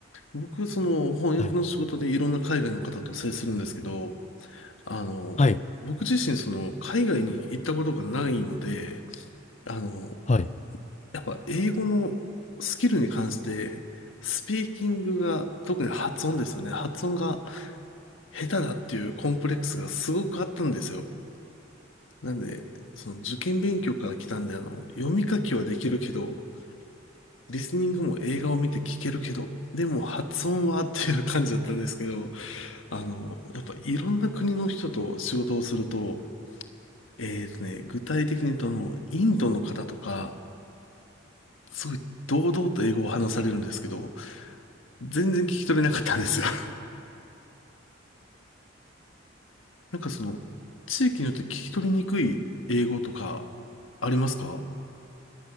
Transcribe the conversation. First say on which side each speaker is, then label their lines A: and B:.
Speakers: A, on the left; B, on the left.
A: 僕、その翻訳の仕事でいろんな海外の方と接するんですけど、
B: はい。
A: あの、
B: はい。
A: 僕自身、その、海外に行ったことがないので、あの、
B: はい。
A: やっぱ英語のスキルに関して、スピーキングが、特に発音ですよね。発音が下手だっていうコンプレックスがすごくあったんですよ。なんで、その受験勉強から来たんで、あの、読み書きはできるけど、リスニングも映画を見て聞けるけど、でも発音はっていう感じだったんですけど、あの、やっぱいろんな国の人と仕事をすると、えーとね、具体的に言うと、あの、インドの方とか、すごい堂々と英語を話されるんですけど、全然聞き取れなかったんですよ。<laughs> なんかその、地域によって聞き取りにくい英語とか、ありますか